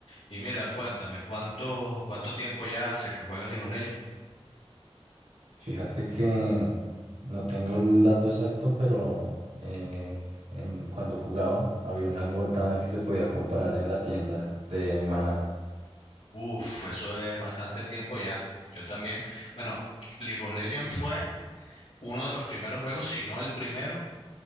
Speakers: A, on the left (about 80°); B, on the right (about 80°).
A: Y mira, cuéntame, ¿cuánto, cuánto tiempo ya hace que juegas League of Legends?
B: Fíjate que no tengo el dato exacto, pero eh, en, cuando jugaba había una gota que se podía comprar en la tienda de Maná.
A: Uf, eso es bastante tiempo ya. Yo también. Bueno, League of Legends fue uno de los primeros juegos, si no el primero,